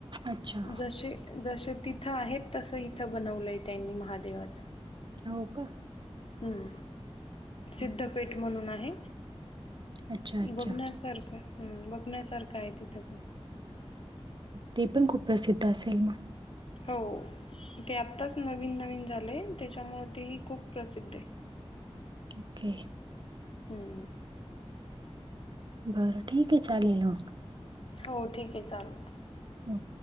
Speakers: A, on the right; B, on the left.
A: अच्छा.
B: जसे. जसे तिथं आहेत तस इथं बनवलंय त्यांनी महादेवाचं.
A: हो का?
B: हम्म सिद्धपेठ
A: हं.
B: म्हणून आहे.
A: अच्छा, अच्छा.
B: बघण्यासारखं हम्म बघण्यासारखं आहे तिथं पण.
A: ते पण खूप प्रसिद्ध असेल मग.
B: हो ते आत्ताच नवीन नवीन झाले त्याच्यामुंळ तेही खूप प्रसिद्ध आहे.
A: ओके.
B: हम्म.
A: बरं ठीक आहे चालेल मग.
B: हो, ठीक ये चालेल.
A: हम्.